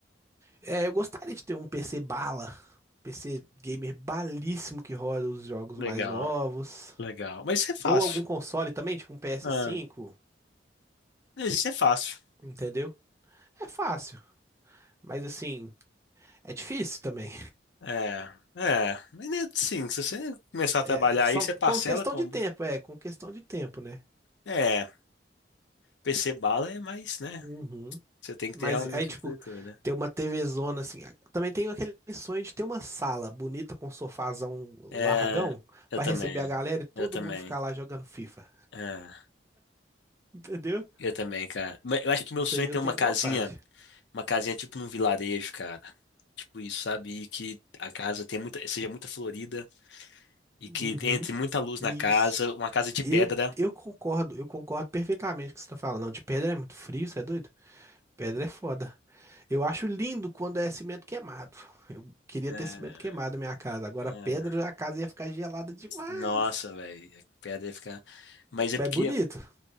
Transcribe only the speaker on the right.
É, eu gostaria de ter um PC bala, PC gamer balíssimo que roda os jogos
mais novos.
Ou algum console também, tipo um ps
cinco,
entendeu? É fácil, mas assim, é difícil também.
É só
com
questão
de tempo, é, com questão de tempo, né?
Uhum.
Mas
aí, tipo,
ter uma TVzona assim. Também tenho aquele sonho de ter uma sala bonita com um sofazão
largão
pra
receber a galera e todo
mundo ficar lá jogando FIFA.
Entendeu?
Isso
aí
eu
tenho
vontade.
Uhum.
Isso.
Eu,
eu concordo, eu concordo perfeitamente com o que você tá falando. Não, de pedra é muito frio, você é doido? Pedra é foda. Eu acho lindo quando é cimento queimado. Eu queria
ter cimento queimado na minha casa. Agora,
pedra, a casa ia ficar gelada demais.
É
bonito.